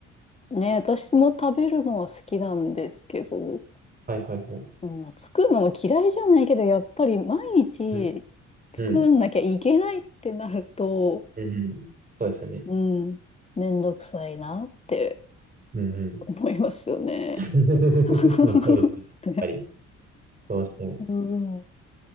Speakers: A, on the left; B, on the right.
A: ねえ、私も食べるのは好きなんですけど、
B: はいはいはい。
A: うん、作るのも嫌いじゃないけど、やっぱり毎日
B: うん。
A: 作んなきゃいけないってなると、
B: うん。うんうん。そうですよね。
A: うん、めんどくさいなって
B: うんうん。
A: 思いますよね。
B: <laughs>
A: <laughs>
B: まあそうですね。やっぱり、
A: ね
B: どうしても。
A: う